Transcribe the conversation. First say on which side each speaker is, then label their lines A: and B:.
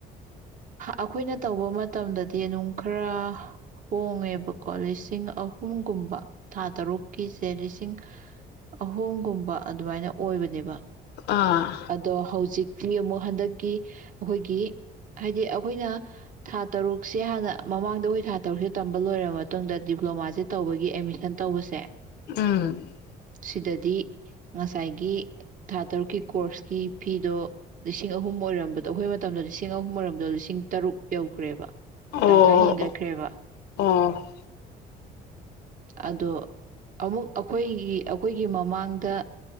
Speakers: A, on the right (about 50°); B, on the left (about 80°).
A: ꯑꯩꯈꯣꯏꯅ ꯇꯧꯕ ꯃꯇꯝꯗꯗꯤ ꯑꯗꯨꯝ ꯈꯔ ꯍꯣꯡꯉꯦꯕꯀꯣ ꯂꯤꯁꯤꯡ ꯑꯍꯨꯝꯒꯨꯝꯕ ꯊꯥ ꯇꯔꯨꯛꯀꯤꯁꯦ ꯂꯤꯁꯤꯡ ꯑꯍꯨꯝꯒꯨꯝꯕ ꯑꯗꯨꯃꯥꯏꯅ ꯑꯣꯏꯕꯅꯦꯕ
B: ꯑꯥ
A: ꯑꯗꯣ ꯍꯧꯖꯤꯛ ꯃꯤ ꯑꯃꯨꯛ ꯍꯟꯗꯛꯀꯤ ꯑꯩꯈꯣꯏꯒꯤ ꯀ ꯍꯥꯏꯗꯤ ꯑꯩꯈꯣꯏꯅ ꯊꯥ ꯇꯔꯨꯛꯁꯦ ꯍꯥꯟꯅ ꯃꯃꯥꯡꯗ ꯑꯩꯈꯣꯏ ꯊꯥ ꯇꯔꯨꯛꯁꯦ ꯇꯝꯕ ꯂꯣꯏꯔꯕ ꯃꯇꯨꯡꯗ ꯗꯤꯄ꯭ꯂꯣꯃꯥꯁꯦ ꯇꯧꯕꯒꯤ ꯑꯦꯗꯃꯤꯁꯟ ꯇꯧꯕꯁꯦ
B: ꯎꯝ
A: ꯁꯤꯗꯗꯤ ꯉꯁꯥꯏꯒꯤ ꯊꯥ ꯇꯔꯨꯛꯀꯤ ꯀꯣꯔꯁꯀꯤ ꯐꯤꯗꯣ ꯂꯤꯁꯤꯡ ꯑꯍꯨꯝ ꯑꯣꯏꯔꯝꯕꯗꯣ ꯑꯩꯈꯣꯏ ꯃꯇꯝꯗ ꯂꯤꯁꯤꯡ ꯑꯍꯨꯝ ꯃꯔꯔꯣꯝꯗ ꯂꯤꯁꯤꯡ ꯇꯔꯨꯛ ꯌꯧꯈ꯭ꯔꯦꯕ
B: ꯑꯣ
A: ꯇꯪꯈꯥꯏ ꯍꯦꯟꯒꯠꯈ꯭ꯔꯦꯕ
B: ꯑꯣ
A: ꯑꯗꯣ ꯑꯃꯨꯛ ꯑꯩꯈꯣꯏꯒꯤ ꯑꯩꯈꯣꯏꯒꯤ ꯃꯃꯥꯡꯗ